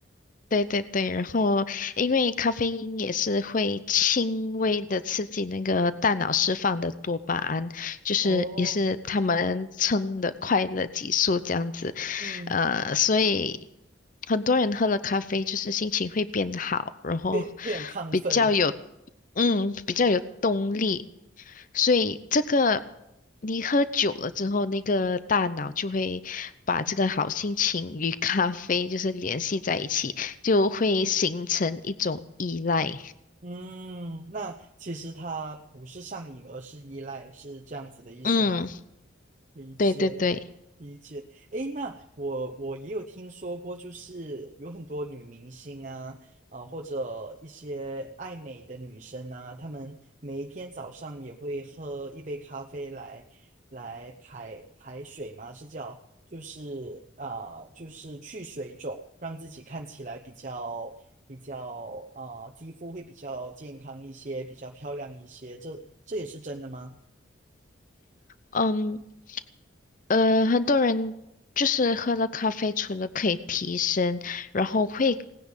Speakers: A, on the left; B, on the right.
A: 对对对，然后因为咖啡因也是会轻微的刺激那个大脑释放的多巴胺，就是也是他们称的快乐激素这样子，
B: 哦，嗯。
A: 呃，所以。很多人喝了咖啡就是心情会变好，然后
B: 会会很亢奋。
A: 比较有，嗯，比较有动力。所以这个你喝久了之后，那个大脑就会把这个好心情与咖啡就是联系在一起，就会形成一种依赖。
B: 嗯，那其实它不是上瘾，而是依赖，是这样子的意思吗？
A: 嗯，
B: 理解，
A: 对对对，
B: 理解。诶，那我我也有听说过，就是有很多女明星啊，啊、或者一些爱美的女生啊，她们每一天早上也会喝一杯咖啡来来排排水嘛，是叫就是啊、就是去水肿，让自己看起来比较比较啊、肌肤会比较健康一些，比较漂亮一些。这这也是真的吗？
A: 嗯，呃，很多人就是喝了咖啡，除了可以提神，然后会